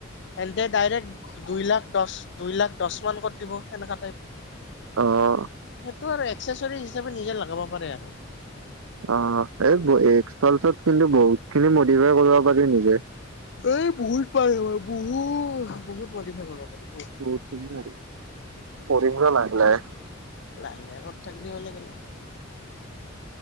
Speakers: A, on the left; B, on the right.
A: এণ্টে ডাইৰেক্ট দুই লাখ দহ দুই লাখ দহমান ক'ত দিব এেনেকুৱা টাইপ
B: অহ
A: টো আৰু একসেচৰ হিচাপে নিজে লগাব পাৰে আৰু
B: অ এই এক্সপ্ৰাছত কিন্তু বহুত খিনি মডিফাই কৰিব পাৰি নিজে
A: এই বহুত পাৰিব বহুত বহুত মডিফাই
B: বহুত মডিফাই নিম লাগলাই <unintelligible>
A: লাহে লাহে কত থাকিলি হলে কেলা